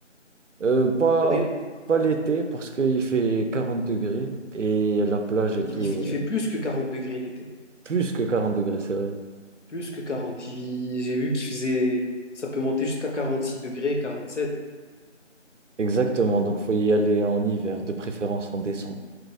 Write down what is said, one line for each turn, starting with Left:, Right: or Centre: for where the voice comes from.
Right: euh, pas,
Left: La période?
Right: pas l'été parce qu'il fait 40 degrés et la plage et
Left: Il,
Right: tout,
Left: il- il fait
Right: euh,
Left: plus que 40 degrés l'été.
Right: plus que 40 degrés, c'est vrai.
Left: Plus que 40 il- j'ai vu qu'il faisait, ça peut monter jusqu'à 46 degrés, 47
Right: Exactement. Donc, faut y aller en hiver, de préférence en décembre.